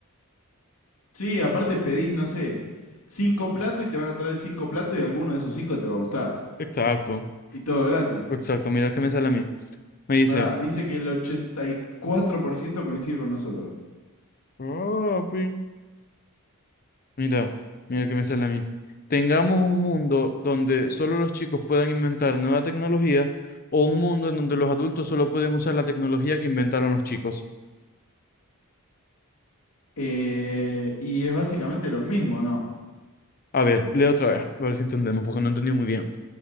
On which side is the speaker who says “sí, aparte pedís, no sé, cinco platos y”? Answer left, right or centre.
Left